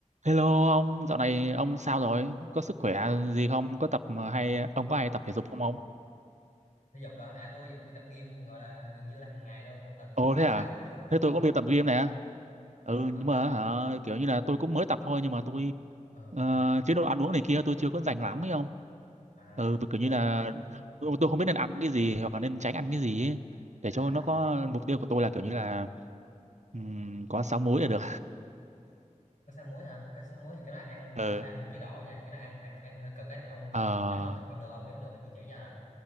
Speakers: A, on the right; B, on the left.
A: Hello ông, dạo này ông sao rồi? Có sức khỏe gì không? Có tập mà hay ông có hay tập thể dục không ông?
B: thể dục đó à tôi đi tập gym gọi là gần như là hàng ngày luôn một tuần có
A: Ồ
B: thể
A: thế à?
B: sáu sáu ờ
A: Thế
B: đúng
A: tôi
B: rồi
A: cũng đi tập gym nè.
B: ờ
A: Ừ
B: mà ông
A: nhưng mà
B: tập hả
A: hả, kiểu như là tôi cũng mới tập thôi nhưng mà tôi
B: ờ
A: ờ, chế độ ăn uống này kia tôi chưa có rành lắm ấy không?
B: à
A: Ừ vì kiểu
B: do
A: như là
B: ông
A: tôi, tôi không biết nên ăn cái gì hoặc là nên tránh ăn cái gì ấy. Để
B: à
A: cho nó có mục tiêu của tôi là kiểu như là ừm, có sáu múi là được.
B: có sáu muối hả cái sáu muối thì cái đó ăn
A: <laughs>
B: kiểu
A: Ừ.
B: phải ăn theo chế độ nha cái đó ăn phải ăn hơi cực ấy ông
A: ờ.
B: nhắm ông được ông được không nếu được thì tôi chỉ cho nè